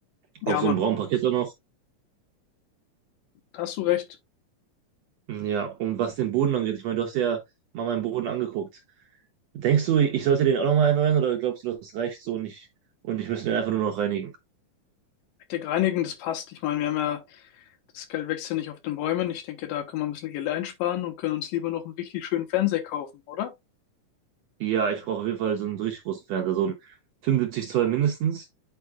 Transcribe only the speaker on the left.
Ja,
Mann,
da hast du recht.
Hektik reinigen, das passt. Ich meine, wir haben ja, das Geld wächst ja nicht auf den Bäumen. Ich denke, da können wir ein bisschen Geld einsparen und können uns lieber noch einen richtig schönen Fernseher kaufen, oder?